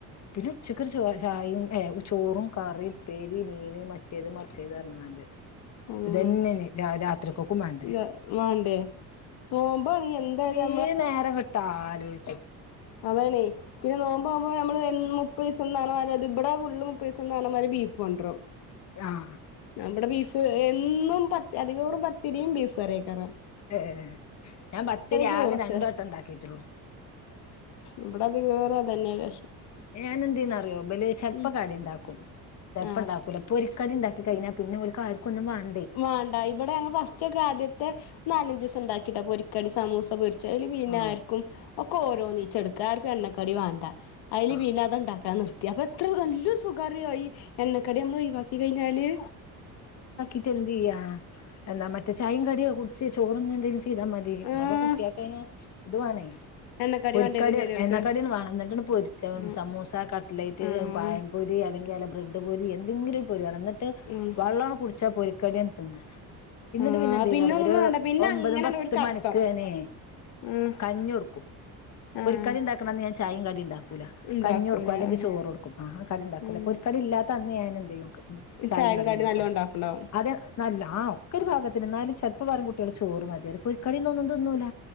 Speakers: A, on the left (about 45°); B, on the left (about 80°).
A: പിന്നെ ഉച്ചക്ക് ചോ ചായയും ഏ ചോറും കറിയും ഉ പേരി മീൻ മറ്റേത് മറിച്ചത് തരുന്നതണ്ട്
B: അതാണ്
A: അതുതന്നെയാണ് രാ രാത്രിക്കക്കും വേണ്ടേ
B: ഇല്ല വേണ്ടേ നോമ്പാണ് എന്തായാ
A: വി നേരം വിട്ട് ആലോചിച്ചു
B: അതാണ് പിന്നെ നോമ്പ് ആകുമ്പോ നമ്മള് മുപ്പത് ദിസംന്നാണ് പറഞ്ഞത് ഇവിടെ ഫുൾ മുപ്പത് ദിസംന്നാണ് ബീഫ് കൊണ്ടവെറും
A: ആഹ്
B: നമ്മുടെ ബീഫ് ഇന്നും പത്തി അധികോറു പത്തിരിയും ബീഫ് കറിയൊക്കെ ആയിരുന്നു
A: ഏ ഞാൻ പത്തിരി
B: ചോറ്ക്ക
A: ആകെ രണ്ടുവട്ടം ഉണ്ടാക്കിട്ടുള്ളു
B: ഇവിടെ അത് കേറെ തന്നെണ്
A: ഞൻ എന്തീന്ന് അറിയോ ഇബല്ല് ചെലപ്പ
B: ഉം
A: കറി ഉണ്ടാക്കും ചെലപ്പം
B: ആഹ്
A: ഉണ്ടാക്കൂല അപ്പൊ കടി കഴിഞ്ഞൽ പിന്നെ ഓൾക്ക് ആർക്കും ഒന്നും വേ
B: വേണ്ടാ ഇവിടെ ഞങ്ങൾ ഫസ്റ്റ് ഒക്കെ ആദ്യത്തെ നാലഞ്ച് ദിവസം ഉണ്ടാക്കിട്ടാ പോരിക്ക കടി സമൂസ പ ച്ചല് പിന്നെ
A: ആഹ്
B: ആർക്കും ഒക്കെ ഓരോ നീച്ച എടുക്കാ ആർക്കും എണ്ണക്കടി വേണ്ട അതില്
A: ആഹ്
B: പിന്നത് ഉണ്ടാക്കാന് നിർത്തി അപ്പ എത്ര നല്ല സുഖാര്യയി എന്നക്കടി നമ്മ ഒഴിവാക്കി കഴിഞ്ഞല്
A: ഇതെന്ത് ചെയ്യാ എന്ന മറ്റേ ചായയും കടിയോ കുടിച്ച് ചോറ് <unintelligible> ചെയ്താ മതി
B: ആഹ്
A: ഇടെ കുട്ടിയൊക്കെ ഞാൻ ഇതുവാണേ
B: എണ്ണക്കടി
A: പൊരിക്കടിയാണ്
B: വാണ്ടിയരും ചെലോർക്ക്
A: എണ്ണക്കാടാണ് വേണം എന്നിട്ട പൊരിച്ച
B: ഉം
A: സമൂസ കട്ടലൈറ്റ്
B: ആഹ്
A: പായംപൊരി അല്ലെങ്കിൽ <unintelligible> പോരി എന്തെങ്കിലും പോരി വേണം എന്നട്ട്
B: ഉം
A: <unintelligible> ച്ചാ പൊരിക്കട തിന്ന ഇന്നിട്ട്
B: ആഹ്
A: പിന്നെ എന്ത് ചെയ്യുന്നറിയോ
B: ഒന്നും
A: ഒരു
B: വേണ്ട പിന്നെ
A: ഒമ്പതും
B: അങ്ങനെ
A: പത്തും
B: ഒരു കടത്തം
A: മണിക്ക് തനെ
B: ആഹ്
A: കഞ്ഞൊടുക്കും
B: ആഹ്
A: പൊരിക്കടി ഉണ്ടാക്കണംന്ന് ഞാൻ ചായും കടി ഇണ്ടാക്കും
B: ഉണ്ടാക്കൂല
A: കഞ്ഞി കൊടുക്കും അല്ലെങ്കിൽ
B: ആഹ്
A: ചോറ് കൊടുക്കും ആ കടി ഇണ്ടാക്കൂല
B: ഉം
A: പൊരിക്കടി ഇല്ലാ <unintelligible> ഞാൻ എന്ത്‌ <unintelligible> ചായയും
B: ചായേം
A: കടിയുംണ്ടാക്കോളും
B: കടിം നല്ലോം ഉണ്ടാക്ക്ണ്ടാവും
A: അത് നല്ല ആ ഒക്കെ ഒരു പാകത്തിന് എന്നാലും ചെപ്പ വാരം കുട്ടികള് ചോറ് മതിയറി പൊരികടി <unintelligible> തിന്നുല്ല